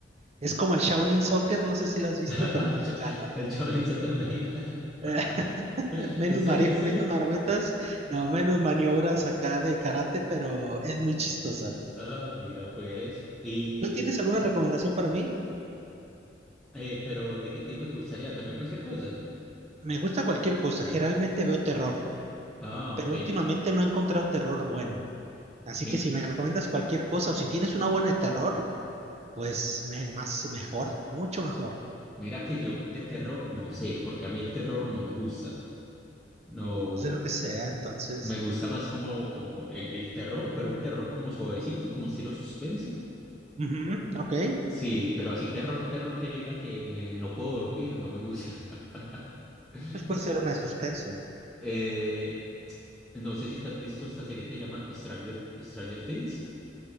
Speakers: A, on the right; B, in the centre.
A: Es como el Shaolin Soccer, no sé si lo has visto,
B: <laughs>
A: pero mexicano.
B: El Shaolin Soccer mexicano.
A: <laughs>
B: <laughs>
A: menos,
B: ¿En serio,
A: mari-
B: en serio?
A: menos marometas, no, menos maniobras acá de karate, pero es muy chistosa.
B: Ah, mira, pues. Y,
A: ¿Tú tienes alguna recomendación para mí?
B: eh, pero ¿de qué tipo te gustaría? ¿También cualquier cosa?
A: Me gusta cualquier cosa, generalmente veo terror,
B: Ah,
A: pero
B: ok.
A: últimamente no he encontrado terror bueno. Así
B: Mi-
A: que si me recomiendas cualquier cosa o si tienes una buena de terror, pues me- más mejor, mucho mejor.
B: mira que yo de terror no sé, porque a mí el terror no me gusta. No,
A: Pues de lo que sea, entonces.
B: me gusta más como, como el, el terror, pero un terror como suavecito, como estilo suspenso.
A: Ujú, ok.
B: Sí, pero así terror, terror que yo diga que no puedo dormir, no me gusta. <laughs>
A: Pues puede
B: Sí.
A: ser una de suspenso.
B: Eh, no sé si te has visto esta serie que se llama Stranger, Stranger Things.